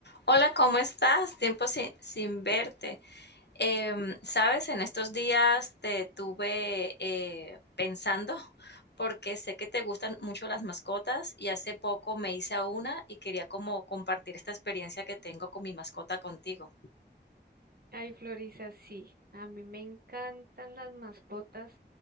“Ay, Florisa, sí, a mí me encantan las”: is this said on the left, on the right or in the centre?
Right